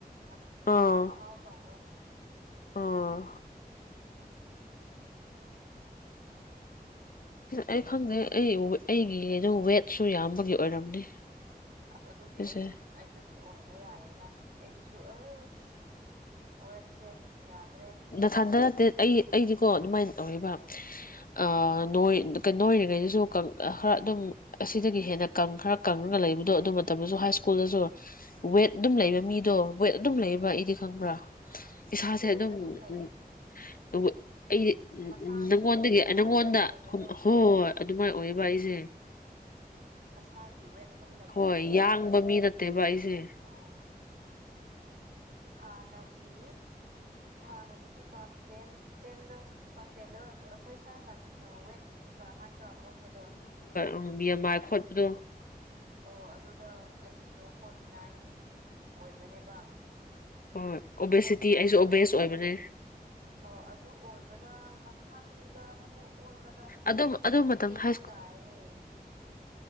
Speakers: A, on the right; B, on the left.
A: ꯃꯠ ꯃꯇꫭꯟ
B: ꯑꯥ
A: ꯐꯥꯎ ꯇꯩꯋꫭ
B: ꯑꯥ ꯑꯩ ꯈꯪꯗꯦ ꯑꯩ ꯋꯦ ꯑꯩꯒꯤꯗꯨ ꯋꯦꯠꯁꯨ ꯌꯥꯝꯕꯒꯤ ꯑꯣꯏꯔꯝꯅꯤ
A: ꯑꯁ ꯑꯗꯨꯗꯤ
B: ꯁꯤꯁꯦ
A: ꯑꯩꯁꯨꯟ ꯑꯩꯁꯨ ꯑꯣꯏꯕ ꯌꯥꯔꯦꯅ ꯑꯩꯒꯤꯁꯨ ꯑꯁ ꯋꯦꯠꯁꯦ ꯌꯥꯗ꯭ꯔꯦ
B: ꯗꯊꯟꯗ ꯇ ꯑꯩ ꯑꯩꯗꯤꯀꯣ ꯑꯗꯨꯃꯥꯏꯅ ꯇꯧꯔꯤꯕ ꯑ
A: ꯎꯝ
B: ꯅꯣꯏ ꯀ ꯅ ꯑꯣꯏꯔꯤꯉꯩꯗꯁꯨ ꯈꯔ ꯑꯗꯨꯝ ꯑꯁꯤꯗꯒꯤ ꯍꯦꯟꯅ ꯈꯔ ꯀꯪꯉꯒ ꯂꯩꯕꯗꯣ ꯑꯗꯨ ꯃꯇꯝꯗꯁꯨ ꯍꯥꯏ ꯁ꯭ꯀꯨꯜꯗꯁꯨ ꯋꯦꯠ
A: ꯎꯝ
B: ꯑꯗꯨꯝ ꯂꯩꯕ ꯃꯤꯗꯣ ꯋꯦꯠ ꯑꯗꯨꯝ ꯂꯩꯕ
A: ꯎꯝ
B: ꯑꯩꯗꯤ ꯈꯪꯕ꯭ꯔꯥ ꯏꯁꯥꯁꯦ
A: ꯑꯩꯁꯨ ꯋꯦꯠ
B: ꯑꯗꯨꯝ
A: ꯂꯩꯌꯦ
B: ꯎꯝ ꯑ ꯑꯩꯗꯤ ꯎꯝ
A: ꯃꯁꯥꯒꯤ
B: ꯎꯝ ꯅꯪꯉꯣꯟꯗꯒꯤ ꯅꯪꯉꯣꯟꯗ
A: ꯋꯦꯠ ꯂꯩꯕꯗꯣ
B: ꯍꯣꯏ ꯑꯗꯨꯃꯥꯏꯅ ꯑꯣꯏꯕ ꯑꯩꯁꯦ
A: ꯃꯁꯥꯒꯤ ꯋꯦꯠ ꯑꯗꯨꯝ ꯂꯩꯕꯒꯤꯀꯣ
B: ꯍꯣꯏ ꯌꯥꯡꯕ ꯃꯤ ꯅꯠꯇꯦꯕ ꯑꯩꯁꯦ
A: ꯎꯝ ꯍꯥꯟꯅꯒꯤ ꯍꯥꯟꯅꯗꯒꯤ ꯀ꯭ꯂꯥꯁ ꯇꯦꯟ ꯇꯦꯟꯗ ꯀ꯭ꯂꯥꯁ ꯇꯦꯟꯗ ꯑꯩꯈꯣꯏ ꯁꯔꯅ ꯋꯦꯠ ꯍꯥꯏ ꯏ ꯑꯣꯟꯕꯗꯣ
B: ꯎ ꯃꯤ ꯑꯃꯃꯥꯏ ꯈꯣꯠꯄꯗꯣ
A: ꯑꯣ ꯑꯗꯨꯗ ꯑꯩꯒꯤꯗꯣ ꯐꯣꯔꯇꯤ ꯅꯥꯏꯟ ꯑꯣꯏꯕꯅꯦꯕ
B: ꯍꯣꯏ ꯑꯣꯕꯦꯁꯤꯇꯤ
A: ꯐꯣꯔꯇꯤ ꯅꯥꯏꯟꯔꯣ
B: ꯑꯩꯁꯨ ꯑꯣꯕꯦꯁ
A: ꯐꯤꯐꯇꯤꯔꯥ
B: ꯑꯣꯏꯕꯅꯦ
A: ꯑꯣ ꯑꯗꯨ ꯑꯣꯏꯕꯗ ꯊꯥꯡꯗ ꯑꯃꯨꯛ ꯑꯣꯟꯕꯗ
B: ꯑꯗꯨꯝ
A: ꯐꯤꯐꯇꯤ
B: ꯑꯗꯨ ꯃꯇꯝꯗ
A: ꯑꯃꯨꯛ
B: ꯍꯥꯏ ꯁ꯭ꯀꯨꯜ
A: ꯇꯥꯏꯌꯦ